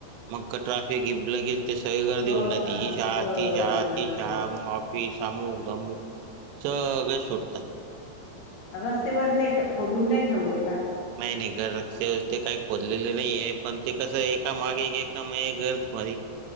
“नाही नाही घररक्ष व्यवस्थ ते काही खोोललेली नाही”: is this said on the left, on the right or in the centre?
Right